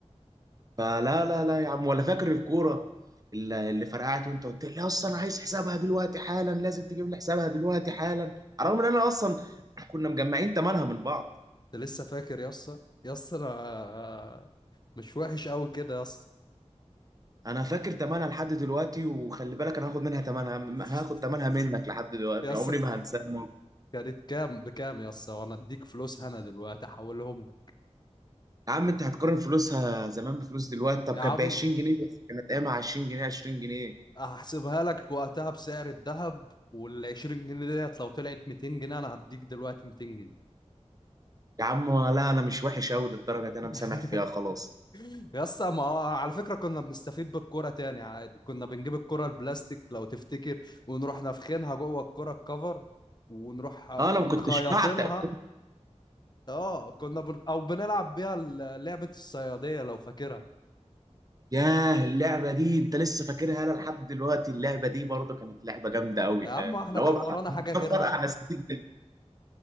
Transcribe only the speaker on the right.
فلا لا لا يا عم ولا فاكر الكورة اللي اللي فرقعت وانت قلت لي اصلا انا عايز حسابها دلوقتي حالا لازم تجيب لي حسابها دلوقتي حالا على الرغم ان انا اصلا كنا مجمعين تمنها من بعض
انا فاكر تمنها لحد دلوقتي وخلي بالك انا هاخد منها تمنها م-
هاخد تمنها منك لحد دلوقتي
عمري ما
هنساها
يا عم انت هتقارن فلوسها زمان بفلوس دلوقتي طب
كانت
ب 20 جنيه بس كانت ايامها 20 جنيه 20 جنيه
يا عم لا انا مش وحش قوي للدرجه دي انا
مسامح فيها خلاص
اه انا
ما كنتش بعتق
ياه اللعبه دي انت لسه فاكرها انا لحد دلوقتي اللعبه دي برضو كانت لعبه جامده قوي
فاهم
اللي
هو بقى
<laughs> فرقع نسيت